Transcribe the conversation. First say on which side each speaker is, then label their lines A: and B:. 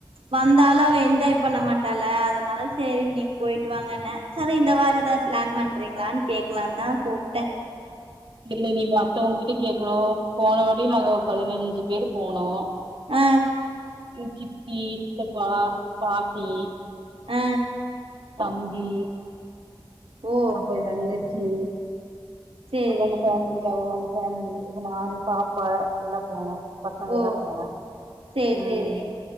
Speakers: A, on the right; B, on the right.
A: வந்தாலு அவ என்ஜாய் பண்ணமாட் டாளா அதனால சேரி நீங்க போயிட்டு வாங்கன்ன சரி இந்த வார ஏதாது பிளான் பண்றீங்களான்னு கேக்கலான்னுதா கூப் ட்ட
B: இல்ல நீ மத்தவங்கக்கிட்ட கேக்கணு போனவாட்டி நாங்க பதினஞ்சு பேர் போனோ
A: ஆ
B: எங் சித்தி சித்தப்பா பாட்டி
A: ஆ
B: தம்பி
A: ஓ
B: அப்பற ஏ தங்கச்சி
A: சேரி
B: அவுங்கவுங்க ஃபேமிலி அவுங்கவுங்க ஃபேமிலி அப்ப நானு பாப்பா எல்லா போனோ பசங்கள்லா
A: ஓ
B: போனோ
A: சேரி
B: ம்
A: சேரி